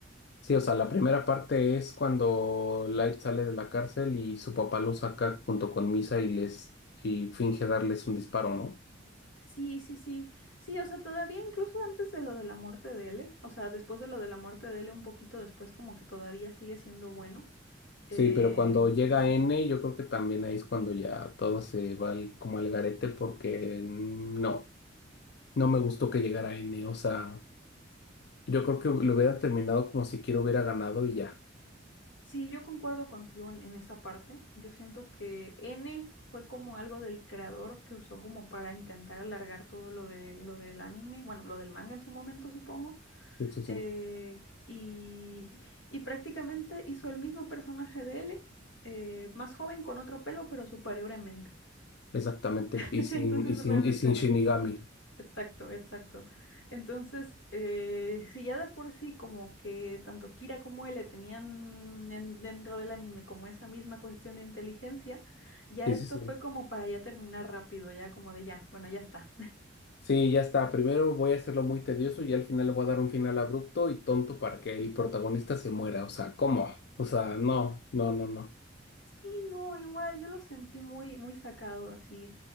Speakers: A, on the left (about 60°); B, on the left (about 85°).
A: Sí, o sea, la primera parte es cuando Light sale de la cárcel y su papá lo saca junto con Misa y les y finge darles un disparo, ¿no?
B: Sí, sí, sí. Sí, o sea, todavía incluso antes de lo de la muerte de L, o sea, después de lo de la muerte de L, un poquito después, como que todavía sigue siendo bueno. Eh,
A: Sí, pero cuando llega
B: ujú.
A: N, yo creo que también ahí es cuando ya todo se va al- como al garete porque mm, no, no me gustó que llegara N, o sea, yo creo que lo hubiera terminado como si quiero hubiera ganado y ya.
B: Sí, yo concuerdo contigo en, en esa parte. Yo siento que N fue como algo del creador que usó como para intentar alargar todo lo de lo del anime, bueno, lo del manga en su momento, supongo.
A: Sí, sí, sí,
B: Eh, y, y prácticamente hizo el mismo personaje de L, eh, más joven, con otro pelo, pero superior en mente.
A: exactamente.
B: <laughs>
A: Y sin,
B: Entonces
A: y sin,
B: realmente
A: y sin
B: no.
A: Shinigami.
B: Exacto, exacto. Entonces, eh, si ya de por sí como que tanto Kira como él le tenían en- dentro del anime como esa misma cuestión de inteligencia, ya
A: Sí,
B: esto
A: sí,
B: fue
A: sí.
B: como para ya terminar rápido, ya como de ya, bueno, ya está.
A: Sí, ya está. Primero voy a hacerlo muy tedioso y al final le voy a dar un final abrupto y tonto para que el protagonista se muera. O sea, ¿cómo? O sea, no, no, no, no.
B: Sí, no, igual, yo lo sentí muy, muy sacado así.